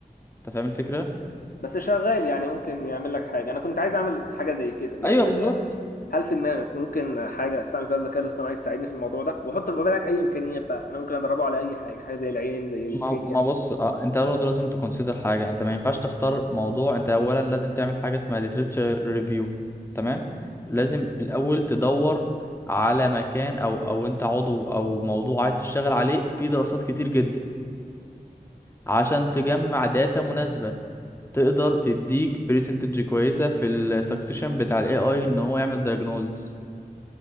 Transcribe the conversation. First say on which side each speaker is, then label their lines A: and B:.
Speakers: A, on the left; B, on the left.
A: أنت فاهم الفكرة؟
B: بس شغال يعني ممكن يعمل لك حاجة أنا كنت عايز أعمل حاجة زي كده يعني
A: أيوه بالظبط
B: هل في دماغك ممكن حاجة أستعمل فيها الذكاء الاصطناعي تساعدني في الموضوع ده وحط في بالك أي إمكانيات بقى أنا ممكن أدربه على أي حاجة حاجة زي العين زي الكلية
A: ما ما بص آه، انت برضه لازم تكونسيدر حاجه انت ما ينفعش تختار موضوع انت اولا لازم تعمل حاجه اسمها literature review تمام لازم
B: مم.
A: الاول تدور على مكان او او انت عضو او موضوع عايز تشتغل عليه في دراسات كتير جدا عشان تجمع داتا مناسبه تقدر تديك بريسنتج كويسه في السكسيشن بتاع الاي اي ان هو يعمل diagnosis